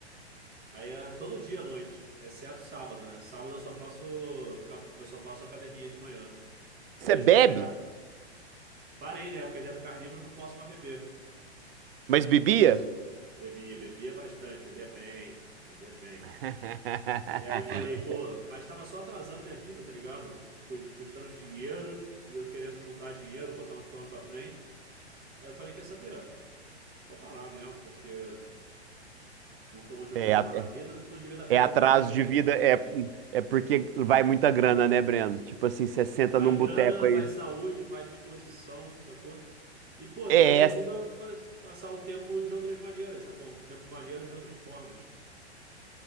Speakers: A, on the right; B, on the right.
A: Aí é todo dia à noite, exceto sábado, né? Sábado eu só faço capo- eu só faço academia de manhã.
B: Você
A: que Eu deixo
B: bebe,
A: para treinar. Parei, né? Porque dieta carnívora eu não posso mais beber.
B: mas bebia?
A: Mas bebia, bebia bastante, bebia bem, bebia bem.
B: <laughs>
A: E aí falei, pô, mas tava só atrasando minha vida, tá ligado? Cus- Custando dinheiro e eu querendo juntar dinheiro, botar uns planos pra frente. Aí eu falei, quer saber? Vou parar mesmo, porque não tô onde eu
B: É,
A: quero
B: a-
A: estar na vida, não devia estar perdendo
B: é atraso
A: meu tempo
B: de
A: bebendo.
B: vida, é, é porque vai muita grana, né, Breno? Tipo assim, você senta
A: Vai
B: num
A: grana,
B: boteco aí.
A: vai saúde, vai disposição, sacou? E, pô,
B: É,
A: tenho aprendido a faz- passar o tempo de outras maneiras, sabe? Bom, tempo maneiro de outras formas.